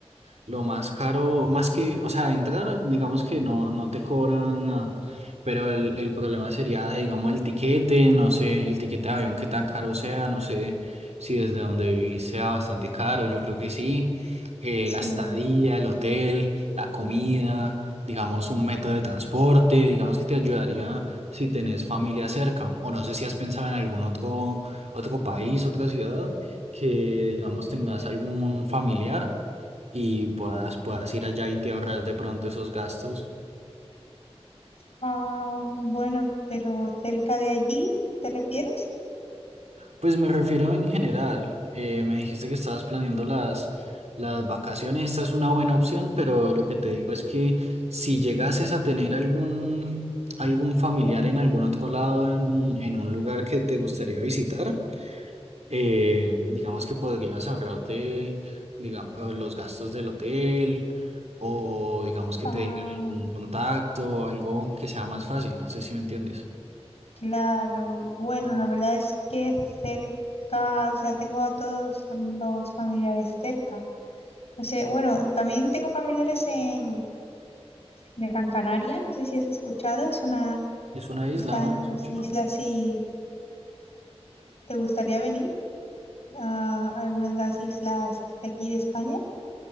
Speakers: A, on the right; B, on the left.
A: lo más caro, más que, o sea, entrar, digamos que no, no te cobran nada, pero el, el problema sería, de, digamos, el tiquete, no sé, el tiquete de avión, qué tan caro sea, no sé si desde donde vivís sea bastante caro, yo creo que sí, eh,
B: Sí.
A: la estadía, el hotel, la comida, digamos, un método de transporte, digamos que te ayudaría si tenés familia cerca, o no sé si has pensado en algún otro, otro país, otra ciudad que, digamos, tengas algún familiar y puedas, puedas ir allá y te ahorras de pronto esos gastos.
B: Ah, bueno, pero cerca de allí, ¿te refieres?
A: Pues me refiero en general. eh, me dijiste que estabas planeando las, las vacaciones. Esta es una buena opción, pero lo que te digo es que si llegases a tener algún, algún familiar en algún otro lado, en, en un lugar que te gustaría visitar, Eh, digamos que podrías ahorrarte, digamos, los gastos del hotel o digamos que
B: Ah,
A: te digan un contacto algo que sea más fácil, no sé si me entiendes.
B: claro. Bueno, la verdad es que cerca, o sea, tengo a todos los familiares cerca. No sé, bueno, también tengo familiares en Gran Canaria, no sé si has escuchado, es una,
A: Es una isla,
B: está
A: ¿no?
B: en unas
A: Yo-
B: islas si te gustaría venir a alguna de las islas de aquí de España.